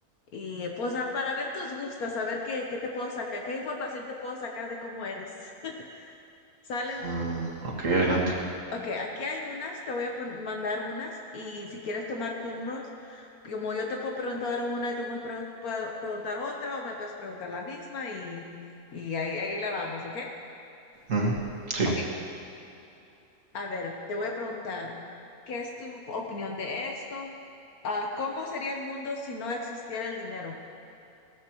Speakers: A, on the left (about 75°); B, on the right (about 55°).
A: Y pues a- para ver tus gustos, a ver qué, qué te puedo sacar, qué información te puedo sacar de cómo eres. <laughs> ¿Sale?
B: Mm, ok, adelante.
A: Ok, aquí hay unas, te voy a pon- mandar unas y si quieres tomar turnos, como yo te puedo preguntar ahora una y tú me pre- puedo preguntar otra o me puedes preguntar la misma y, y ahí, ahí la vamos, ¿ok?
B: Ujú, Sí.
A: Ok, a ver, te voy a preguntar, ¿qué es tu opinión de esto? Ah, ¿cómo sería el mundo si no existiera el dinero?